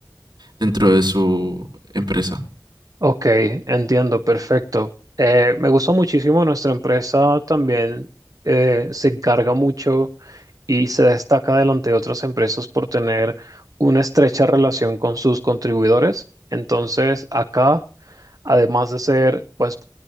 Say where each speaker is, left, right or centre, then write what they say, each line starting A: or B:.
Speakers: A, on the right; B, on the right.
A: dentro de su empresa.
B: Ok, entiendo, perfecto. Eh, me gustó muchísimo nuestra empresa también eh, se encarga mucho y se destaca delante de otras empresas por tener una estrecha relación con sus contribuidores. Entonces, acá, además de ser pues